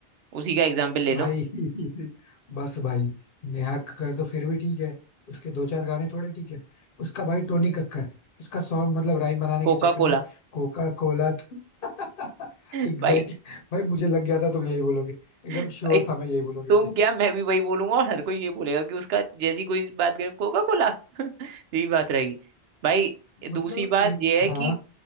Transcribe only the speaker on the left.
भाई
<laughs> बस भाई नेहा कक्कड़ तो फिर भी ठीक है उसके दो चार गाने थोड़े ठीक है उसका भाई टोनी कक्कर उसका सॉन्ग मतलब राइम बनाने
के चक्कर
में कोका कोला तो <laughs>
एग्जैक्टली
भाई मुझे लग गया था तुम यही बोलोगे एकदम
श्योर था मैं यही बोलोगे
भाई
मतलब
एक
हाँ